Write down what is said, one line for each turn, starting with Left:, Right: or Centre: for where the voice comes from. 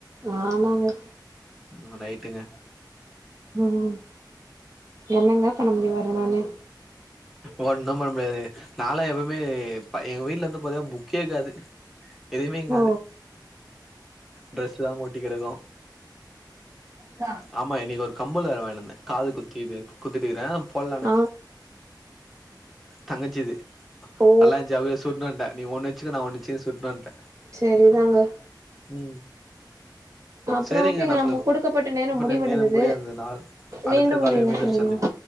Right: ஆமாங்க
Centre: ம் ரைட்டுங்க
Right: ம் என்னங்க பண்ண முடியு வேற நானு
Centre: ஒண்ணு பண்ண முடியாது நாலா எப்பைமே ப எங்க வீட்ல ந்து பாத்தீங்னா புக்கே க்காது எதும்மே ங்காது
Right: ஓ
Centre: ட்ரெஸ் தா கொட்டி கெடக்கு
Right: தா
Centre: ஆமா இன்னிக்கி ஒரு கம்மல் வேற வாங்கினுவந்தே காது குத்திடு குத்திட்டுக்கீறே போட்லான்னு
Right: ஆ
Centre: தங்கச்சிது
Right: ஓ
Centre: நல்லா ஜவ்வேஸ் சுட்னுவன்ட்டே நீ ஒன்னுச்சுக்க நா ஒன்னுச்க்றே சுட்னுவன்ட்டே
Right: செரிதாங்க
Centre: ம்
Right: அப்றோ
Centre: சேரிங்க
Right: ஓகேங்க
Centre: நம்மளுக்கு
Right: நமக்கு குடுக்கப்பட்ட நேரோ
Centre: பட்ட
Right: முடிவடைந்தது
Centre: நேரம் முடிந்ததனால் அடுத்த
Right: மீண்டு
Centre: காலில்
Right: ஒரு இணைப்பில்
Centre: மீண்டும் சந்திப்போம்
Right: இணைவோ